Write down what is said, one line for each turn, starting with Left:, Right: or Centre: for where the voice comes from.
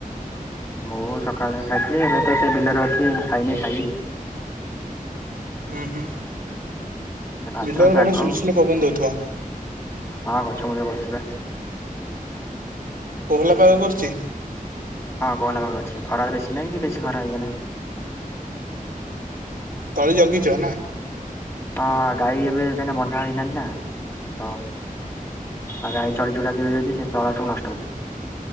Left: ମୁଁ ସକାଳେ ଖାଇଥିଲି ଏବେ ତ ସେ ବିଲରେ ଅଛି ଖାଇନି ଖାଇବି।
Right: ହୁଁ ହୁଁ
Left: ସେ ଭାତ
Right: ବିଲରେ
Left: ଶାଗ
Right: ଭଲ ସୁଲଶୁଲିଆ ପବନ ଦଉଥିବ।
Left: ହଁ ଗଛ ମୂଳରେ ବସିବେ।
Right: କୋହଲା ପାଗ କରିଛି।
Left: ହଁ କହିଲଲା ପାଖ ଅଛି ଖରାାରେ ବେଶୀ ନାହିଁ କି ବେଶୀ ଖରା ଇଏ ନାହିଁ
Right: ତଳି ଜଗିଛ ନା।
Left: ହଁ ଗାଈ ଏବେ କାହିଁକିନା ବନ୍ଧା ହେଇନାହାନ୍ତି ନା ତ ଆଉ ଗାଈ ଚଢି ଚଡା ଯିବ ଯଦି ସେ ତଳା ସବୁ ନଷ୍ଟ ହେଇଯିବ।